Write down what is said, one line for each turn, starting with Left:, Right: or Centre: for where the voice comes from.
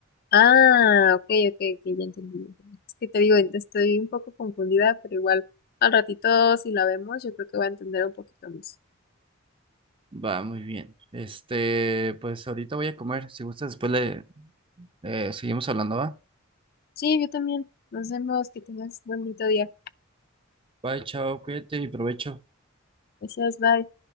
Left: Ah, ok, ok, ok, ya entendí. ya entendí. Es que te digo, ent- estoy un poco confundida, pero igual al ratito si la vemos, yo creo que va a entender un poquito más.
Right: Va, muy bien. Este, pues ahorita voy a comer. Si gustas, después le eh, seguimos hablando, ¿va?
Left: Sí, yo también. Nos vemos, que tengas un bonito día.
Right: Bye, chao, cuídate y provecho.
Left: Gracias, bye.